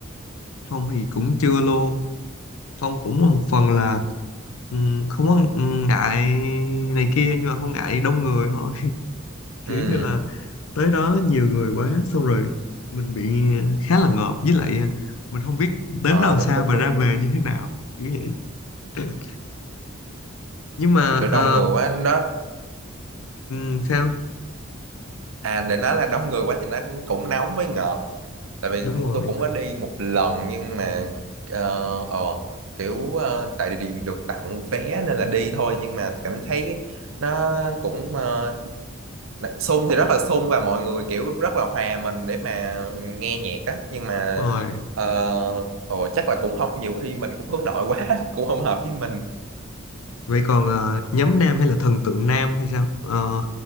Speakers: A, on the left; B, on the right.
A: Phong thì cũng chưa luôn Phong cũng một phần là ừm, không có ừm, ngại này kia nhưng mà không ngại đông người thôi <laughs> kiểu
B: ừ
A: như là tới đó nhiều người quá xong rồi mình bị khá là ngợp với lại ờ, mình không biết đến
B: ờ
A: đâu
B: đúng
A: sao
B: đúng
A: và
B: đúng
A: ra về như thế nào kiểu vậy <clears throat> nhưng mà
B: kiểu
A: ờ,
B: đông người quá nó
A: ừm, sao
B: à để nói là đông người quá thì nó cũng nóng với ngợp tại vì
A: đúng
B: cô-
A: rồi
B: tôi cũng có đi một lần nhưng mà ờ ờ, kiểu ờ, tại vì được tặng vé nên là đi thôi nhưng mà cảm thấy nó cũng ờ, sung thì rất là sung và mọi người kiểu rất là hòa mình để mà nghe nhạc á nhưng mà
A: đúng rồi
B: ờ, ờ, chắc là cũng không nhiều khi mình cũng hướng nội quá <laughs> cũng không hợp với mình
A: vậy còn ờ, nhóm nam hay là thần tượng nam thì sao Ờ,